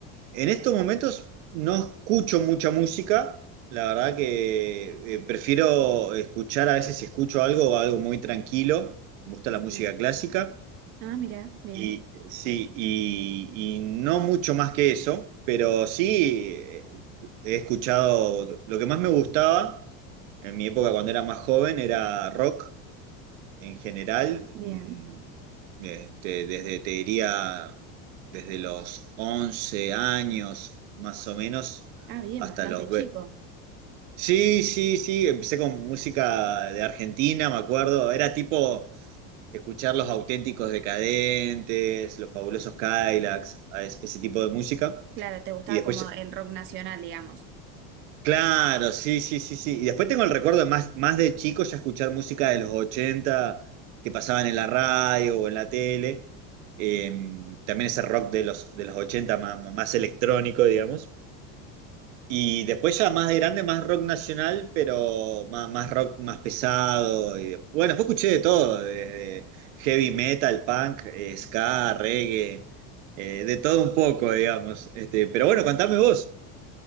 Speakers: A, on the right; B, on the right.
A: En estos momentos no escucho mucha música, la verdad que eh, prefiero escuchar a veces si escucho algo, algo muy tranquilo, me gusta
B: sí.
A: la música clásica.
B: Ah, mira, bien,
A: Y sí, y, y no mucho más que eso, pero sí eh, he escuchado, lo que más me gustaba en mi época cuando era más joven era rock, en general,
B: bien.
A: mm, este, desde, te diría, desde los 11 años más o menos
B: Ah, bien,
A: hasta
B: bastante
A: los... ve-
B: chico.
A: Sí, sí, sí, empecé con música de Argentina, me acuerdo, era tipo escuchar los auténticos decadentes, los fabulosos Cadillacs, a es- ese tipo de música.
B: Claro, te gustaba
A: Y después
B: como el rock nacional, digamos.
A: Claro, sí, sí, sí, sí. Y después tengo el recuerdo de más, más de chico ya escuchar música de los 80 que pasaban en la radio o en la tele. Eh, también ese rock de los, de los 80 más, más electrónico, digamos. Y después ya más de grande, más rock nacional, pero más, más rock más pesado. Y, bueno, después escuché de todo, desde heavy metal, punk, eh, ska, reggae, eh, de todo un poco, digamos. Este, pero bueno, contame vos.